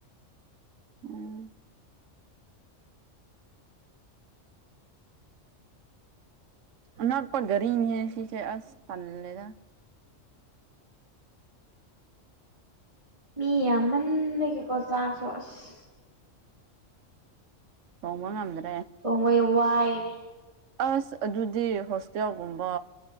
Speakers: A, on the right; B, on the right.
A: ꯎꯝ ꯑꯣꯄꯥꯣꯏ ꯔꯤ ꯍꯁꯤ ꯆ ꯑꯁ ꯇ ꯂꯩ
B: ꯃꯤ ꯌꯥꯝꯃꯟ ꯂꯩꯒꯦꯀꯣ ꯆꯥꯛꯁꯨ ꯑꯁ
A: ꯍ ꯋꯥ ꯉꯗ
B: ꯁꯣꯉꯣꯏ ꯋꯥꯏꯅꯦ
A: ꯑꯁ ꯑꯗꯨꯗꯤ ꯍꯣꯁꯇꯦꯜꯒꯨꯝꯕ